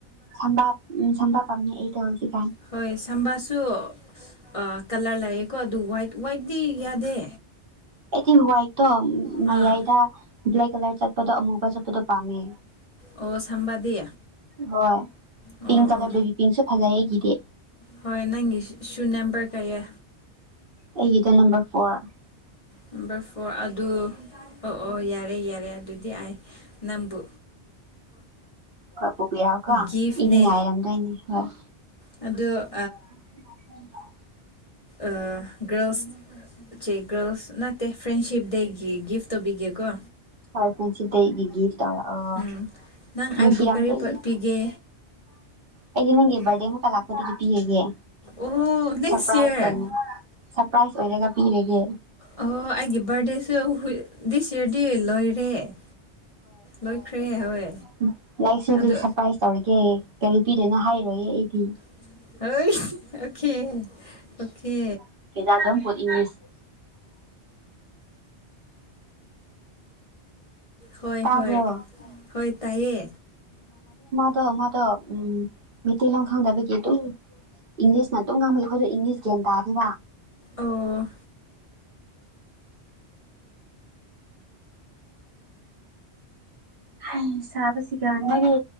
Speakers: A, on the right; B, on the left.
A: ꯁꯝꯕꯥ ꯎꯝ ꯁꯝꯕꯥ ꯄꯝꯃꯤ ꯑꯩꯗꯣ ꯍꯧꯖꯤꯛ
B: ꯍꯣꯏ ꯁꯝꯕꯥꯁꯨ ꯑ ꯀꯂꯔ ꯂꯩꯌꯦꯀꯣ ꯑꯗꯣ ꯍꯋꯥꯏꯠ ꯍꯋꯥꯏꯇꯗꯤ ꯌꯥꯗꯦ
A: <unintelligible> ꯇꯣ
B: ꯑꯥ
A: ꯃꯌꯥꯏꯗ ꯕ꯭ꯂꯦꯛ ꯀꯂꯔ ꯆꯠꯄꯗꯣ ꯑꯃꯨꯕ ꯆꯠꯄꯗꯣ ꯄꯥꯝꯃꯦ
B: ꯑꯣ ꯁꯝꯕꯥꯗꯤ
A: ꯍꯣꯏ
B: ꯑꯣ
A: ꯄꯤꯡ ꯀꯂꯔ
B: ꯑꯣ
A: ꯕꯦꯕꯤ ꯄꯤꯡꯁꯨ ꯐꯖꯩꯌꯦ ꯑꯩꯒꯤꯗꯤ
B: ꯍꯣꯏ ꯅꯪꯒꯤ ꯁꯨ ꯅꯦꯝꯕꯔ ꯀꯌꯦ
A: ꯑꯩꯒꯤꯗ ꯅꯝꯕꯝ ꯐꯣꯔ
B: ꯅꯝꯕꯔ ꯐꯣꯔ ꯑꯗꯨ ꯑꯣ ꯑꯣ ꯌꯥꯔꯦ ꯌꯥꯔꯦ ꯑꯗꯨꯗꯤ ꯌꯥꯏ ꯅꯝꯕꯨ
A: ꯍꯣꯏ ꯄꯨꯕꯤꯔꯛꯑꯣꯀꯣ
B: ꯒꯤꯐꯅꯦ
A: ꯏꯗꯤ ꯉꯥꯏꯔꯝꯗꯣꯏꯅꯤ ꯍꯣꯏ
B: ꯑꯗꯣ
A: <inaudible>
B: ꯑꯥ ꯒꯔꯜꯁ ꯆꯦꯛ <unintelligible> ꯐ꯭ꯔꯦꯟꯁꯤꯞ ꯗꯦꯒꯤ ꯒꯤꯐ ꯇꯧꯕꯤꯒꯦ ꯀ꯫
A: ꯍꯣꯏ <unintelligible> ꯁꯤꯗꯩꯩꯒꯤꯗꯤ꯫ ꯇꯧꯔꯛꯑꯣ
B: ꯎꯝ ꯅꯪ ꯑꯩꯕꯨ
A: ꯅꯨꯡꯁꯤ ꯌꯥꯝꯗꯣꯏꯅꯤ
B: ꯀꯔꯤ ꯄꯤꯒꯦ
A: ꯑꯩꯗꯤ ꯅꯪꯒꯤ ꯕꯥꯔꯗꯦ ꯃꯨꯛꯀ ꯂꯥꯛꯄꯗꯒꯤ ꯄꯤꯔꯒꯦ
B: ꯑꯣ ꯅꯦꯛꯁ
A: ꯁꯔꯄ꯭ꯔꯥꯏꯖ
B: ꯏꯌꯥꯔ
A: ꯑꯣꯏꯅ ꯁꯔꯄ꯭ꯔꯥꯏꯖ ꯑꯣꯏꯔꯒ ꯄꯤꯔꯒꯦ꯫
B: ꯑꯣ ꯑꯩꯒꯤ ꯕꯥꯔꯗꯦꯁꯨ <unintelligible> ꯂꯣꯏꯔꯦ꯫ ꯂꯣꯏꯈ꯭ꯔꯦꯍꯦ ꯍꯣꯏ꯫
A: ꯍꯝ ꯂꯩꯁꯤꯗꯤ
B: ꯑꯗꯣ
A: ꯁꯔꯄ꯭ꯔꯥꯏꯁ ꯇꯧꯔꯒꯦ꯫ ꯑꯦ ꯀꯔꯤ ꯄꯤꯗꯣꯏꯅ ꯍꯥꯏꯔꯣꯏꯌꯦ ꯑꯩꯗꯤ꯫
B: <inaudible> Okay okay.
A: <unintelligible>
B: ꯍꯣꯏ
A: ꯇꯥꯕ꯭ꯔꯣ
B: ꯍꯣꯏ ꯍꯣꯏ ꯇꯥꯏꯌꯦ꯫
A: ꯇꯣ ꯃꯥ꯫ ꯇꯣ ꯎꯝ꯫ ꯃꯩꯇꯩꯂꯣꯟ ꯈꯪꯗꯕꯒꯤ ꯑꯗꯨꯝ ꯏꯪꯂꯤꯁꯅ ꯑꯗꯨꯝ ꯉꯥꯡꯕꯒꯤ ꯑꯩꯈꯣꯏꯗꯣ ꯏꯪꯂꯤꯁ ꯒ꯭ꯌꯥꯟ ꯇꯥꯗꯦꯕ꯫
B: ꯑꯣ
A: ꯍꯌꯦꯡ ꯆꯥꯕꯁꯤꯒ ꯅꯣꯏꯒꯤ